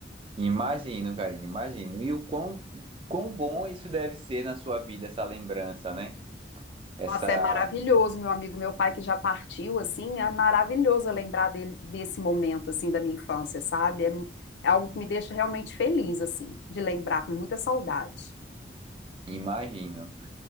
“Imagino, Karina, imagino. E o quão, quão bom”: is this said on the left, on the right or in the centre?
Right